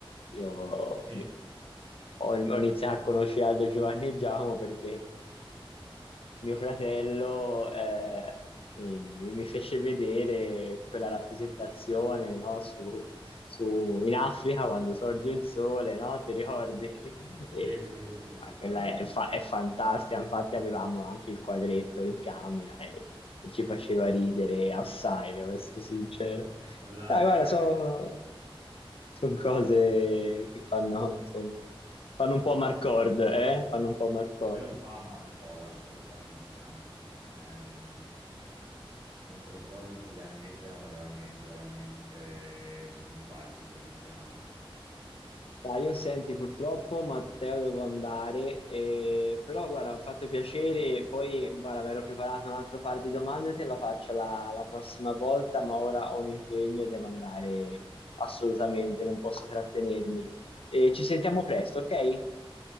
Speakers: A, on the left (about 75°); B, on the right (about 80°).
A: Io
B: sì,
A: ho, ho iniziato a conoscere Aldo, Giovanni e Giacomo perché mio fratello eh, mi, mi- mi fece vedere quella rappresentazione, no, su, su- in Africa quando sorge il sole, no? Ti ricordi? <laughs>
B: sì,
A: E,
B: sì, sì, sì,
A: ah,
B: quella
A: quella
B: lì.
A: è, fa- è fantastica, infatti avevamo anche il quadretto in camera e, e ci faceva ridere assai, devo essere sincero.
B: Quella
A: Dai,
B: è...
A: guarda, sono cose che fanno, insomma, fanno un po' Marcord, eh? Fanno un po' Marcord.
B: Quello fa Marcola, assolutamente, anzi. ehm, sono quelle cose di quegli anni lì che erano veramente, veramente simpatiche, diciamo.
A: Dai, io senti purtroppo Matteo devo andare, eh, però guarda, mi ha fatto piacere, poi guarda, mi ero preparato un altro par di domande, te la faccio la, la prossima volta, ma ora ho un impegno e devo andare assolutamente, non posso trattenermi. Eh, ci sentiamo presto, ok?